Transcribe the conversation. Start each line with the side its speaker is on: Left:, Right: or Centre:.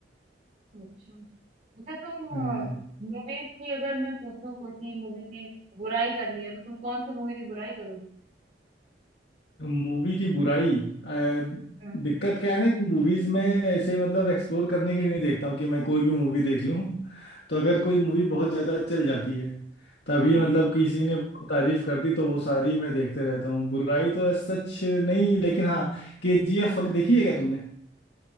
Right: अच्छा, अच्छा तुम
Left: हाँ।
Right: मूवीज़ की अगर मैं पूछूँ कोई सी मूवी की बुराई करनी है, तो तुम कौन-सी मूवी की बुराई करोगी?
Left: मूवी की बुराई अ,
Right: हुँ,
Left: दिक्कत क्या है ना कि मूवीज में ऐसे मतलब एक्सप्लोर करने के लिए नहीं देखता हूँ कि मैं कोई भी मूवी देख लूँ तो अगर कोई मूवी बहुत ज्यादा चल जाती है तभी
Right: हुँ।
Left: मतलब किसी ने बहुत तारीफ कर दी तो वो सारी मैं देखते रहता हूँ बुराई तो ऐसा सच नहीं लेकिन हाँ के जी एफ देखी है क्या तुमने